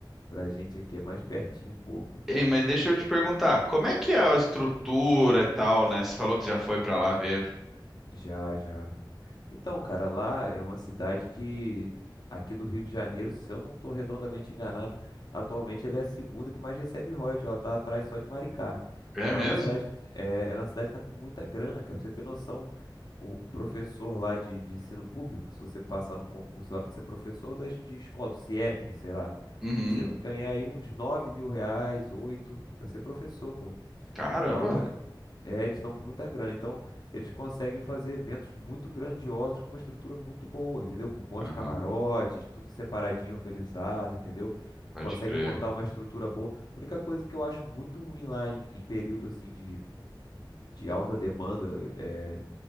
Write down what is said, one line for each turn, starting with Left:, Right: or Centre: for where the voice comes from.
Left: pra gente aqui é mais pertinho um pouco.
Centre: Ei, mas deixa eu te perguntar, como é que é a estrutura e tal, né? Você falou que já foi pra lá ver.
Left: Já, já. Então, cara, lá é uma cidade que aqui do Rio de Janeiro, se eu não estou redondamente enganado, atualmente ela é a segunda que mais recebe royalties, ela tá atrás só de Maricá.
Centre: É
Left: Então
Centre: mesmo?
Left: é uma cidade, é, é uma cidade que tá com muita grana, cara. Pra você ter noção, um, um professor lá de, de ensino público, se você passar num concurso lá para ser professor das, de escola, do CIEP, sei lá,
Centre: Uhum.
Left: você vai ganhar aí uns nove mil reais, 8 para ser professor, pô.
Centre: Caramba.
Left: Então a é, eles estão com muita grana, então eles conseguem fazer eventos muito grandiosos com uma estrutura muito boa, entendeu? Com bons
Centre: Aham,
Left: camarotes, tudo separadinho, organizado, entendeu?
Centre: pode
Left: Conseguem
Centre: crer.
Left: montar uma estrutura boa. A única coisa que eu acho muito ruim lá em, em período assim de, de alta demanda é,